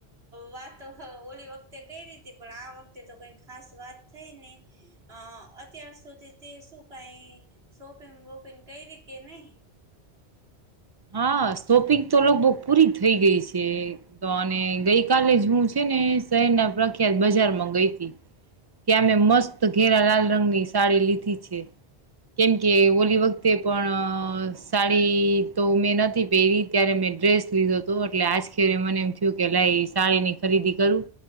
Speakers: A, on the right (about 75°); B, on the right (about 30°).
A: વાતો ઓલી વખતે કઈ ર હતી પણ આ વખતે તો કઈ ખાસ વાત થઈ નઈ અ અત્યાર સુધી તે શું કઈ શોપિંગ વોપિંગ કઈ રીતે નહી
B: હા સોપિક તો લોકો બો પૂરી થઈ ગઈ છે તો અને ગઈ કલે જ હું છે શહેર ના પ્રખ્યાત બજાર માં ગઈ હતી ત્યાં મેં મસ્ત ઘેરા લાલ રંગની સાડી લીધી છે કેમ કે ઓલી વખતે પણ સાડી તો મેં નથી પહેરી ત્યારે મેં ડ્રેસ લીધો હતો એટલે આજખરે મને એમ થયું કે લ સાડી ની ખરીદી કરું